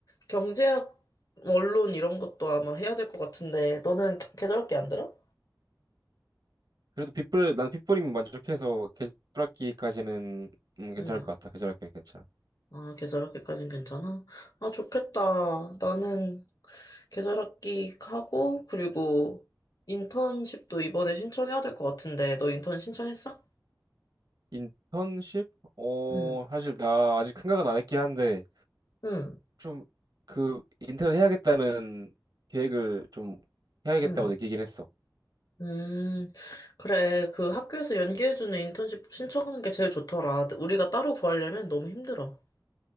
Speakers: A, on the left; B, on the right.
A: 경제학, 원론 이런 것도 아마 해야 될 것 같은데, 너는 개- 계절학기 안 들어?
B: 그래도 B불 난 빗불이면 만족해서 계절학기까지는 음, 괜찮을
A: 음.
B: 것 같아. 계절학기는 괜찮아.
A: 아, 계절학기까진 괜찮아? 아, 좋겠다. 나는 계절학기 하고, 그리고 인턴십도 이번에 신청해야 될 것 같은데, 너 인턴 신청했어?
B: 인턴십? 어,
A: 응,
B: 사실 나 아직 생각은 안 했긴 한데.
A: 응,
B: 좀 그 인턴을 해야겠다는 계획을 좀 해야겠다고
A: 응.
B: 느끼긴 했어.
A: 음, 그래. 그 학교에서 연계해주는 인턴십 신청하는 게 제일 좋더라. 우리가 따로 구하려면 너무 힘들어.